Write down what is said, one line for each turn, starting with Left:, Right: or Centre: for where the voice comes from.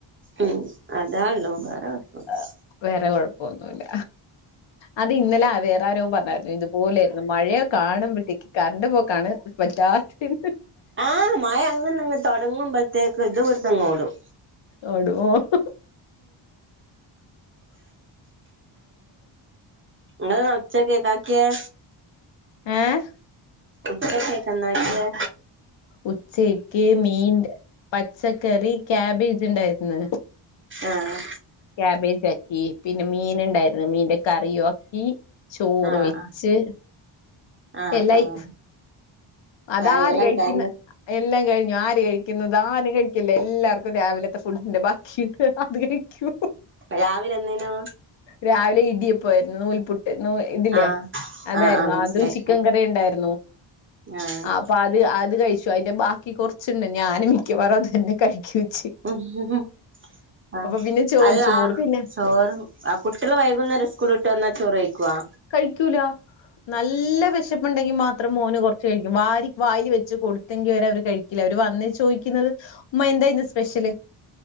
Right: ഉം അതാള്ളൂ കൊഴപ്പൊന്നുല്ല
Left: ആ വേറെ കൊഴപ്പൊന്നുമല്ല അത് ഇന്നലെ ആ വേറെ ആ രൂപം പറഞ്ഞായിരുന്നു ഇതുപോലൊയിരുന്നു മഴയ കാണുമ്പോഴത്തേക്ക് കറണ്ട് പോക്കാണ് പറ്റാത്തത്
Right: ആഹ മഴ അങ്ങങ്ന്നങ്ങ് തൊടങ്ങുമ്പോഴത്തേക്ക ഇത് ഇവിടെനാഗോഡും
Left: ഓടുഹ്? ആഹ
Right: നിങൾ ഉച്ചകി എന്നാണ്ടാക്കിയെ
Left: ആഹ
Right: ഇപ്പ കൈക്കൻ എന്നാണ്ടാക്കിയെ
Left: ഉച്ചക്ക് മീൻ പച്ചക്കറി കാക്ബേജ് ഉണ്ടായിന്ന്
Right: ആഹ്
Left: കായാബേജ ആക്കി പിന്നെ മീൻ ഉണ്ടായിരുന്നു മീന്റെ കറിയും ആക്കി ചോറ്
Right: ആഹ്
Left: വെച്ച്
Right: ആഹ് ആഹ്
Left: എല്ലായി
Right: ആഹ്
Left: അതാര്
Right: കായ് എല്ലാം
Left: കഴിക്കുന്ന
Right: കഴിഞ്ഞു
Left: എല്ലാം കഴിഞ്ഞു ആര് കഴിക്കുന്നു ഇതാരും കഴിക്കില്ല എല്ലാവർക്കും രാവിലെ ഫുഡിന്റെ ബാക്കിട്ട് അത് കഴിക്കൂ
Right: രാവിലെ എന്തേനും
Left: രാവിലെ ഇടിയപ്പോ ആരുന്നു നൂൽപുട്ട് നൂ ഇതില്ലേ
Right: ആഹ്
Left: അതായിരുന്നു
Right: ആഹ് ആഹ് മനസ്സിലായി
Left: അതും ചിക്കൻ കറി ഉണ്ടായിരുന്നു
Right: ആഹ്
Left: അപ്പൊ അത് അത് കഴിച്ചു അതിന്റെ ബാക്കി കുറച്ചുണ്ട് ഞാനും മിക്കവാറും അത് തന്നെ കഴിക്ക
Right: ഉം ഉ ആ
Left: പിന്നെ ചോറ്
Right: അല്ല
Left: ചോറ് പിന്നെ
Right: ചോറ് ആ കുട്ടികള് വൈകുന്നേരം സ്കൂളിട്ട് വന്നാ ചോറ് കഴിക്കവാ
Left: കഴിക്കൂല നല്ല വിശപ്പുണ്ടെങ്കി മാത്രം മോന് കൊറ വ വെച്ച് കൊടുങ്കി കഴിക്കില്ല അവര് വന്ന ചോദിക്കുന്നത് ഉമ്മ എന്ത ചെല്ല്